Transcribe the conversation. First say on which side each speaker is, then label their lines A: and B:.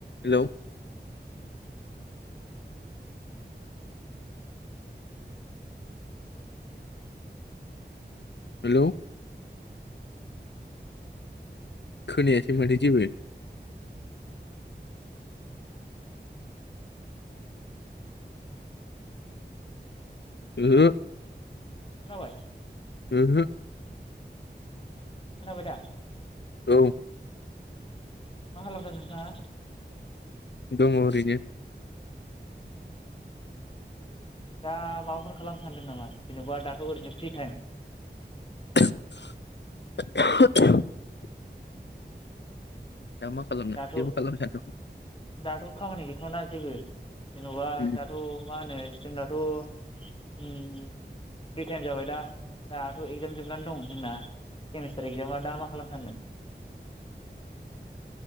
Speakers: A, on the left; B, on the left.
A: Hello hello खोनायासै माथो जेबो ओहो
B: जाबाय
A: उम हम
B: खोनाबाय दा
A: औ
B: मा खालामदों नोंथाङा
A: दङ ओरैनो
B: दा माबाफोर खालामनो सानदों नामा? जेनेबा दाथ' ओरैनो फ्रि टाइम
A: <unintelligible> दा मा खालाम नो
B: दाथ'
A: जेबो खालामहायाथ'
B: दाथ' खामानि गैथ'वाना जेबो? जेन'बा
A: उम
B: दाथ' मा होनो जोंनाथ' उम फ्रि टाइम जाबाय दा दाथ' एगजाम जोबनानै दं जोंना। सेमिस्टार एगजामा दा मा खालाम सानदों?